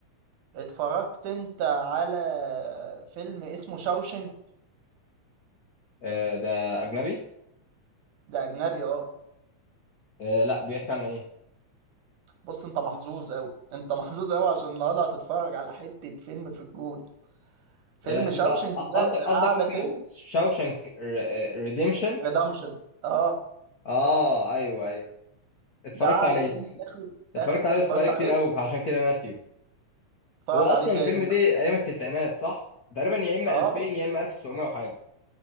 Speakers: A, on the right; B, on the left.
A: اتفرجت انت على فيلم اسمه شاوشنك
B: آه، ده أجنبي
A: ده اجنبي اه
B: آه، لا بيحكي عن إيه
A: بص انت محظوظ قوي انت محظوظ قوي عشان النهارده هتتفرج على حتة فيلم في الجول فيلم
B: آه،
A: شاوشنك
B: أنت
A: ده
B: قصدك قصدك
A: ده اعلى
B: اسمه
A: فيلم
B: شاوشنك ريديمشن
A: ريدمشن اه
B: آه أيوه أيوه اتفرجت
A: ده اعلى
B: عليه
A: فيلم اخد
B: اتفرجت
A: اخد
B: عليه
A: اتفرجت
B: بس بقالي
A: عليه
B: كتير قوي فعشان كده ناسيه
A: اتفرج
B: هو
A: عليه
B: أصلا
A: تاني
B: الفيلم ده أيام التسعينات صح تقريبا يا إما
A: اه
B: 2000
A: بس
B: يا إما 1900 وحاجة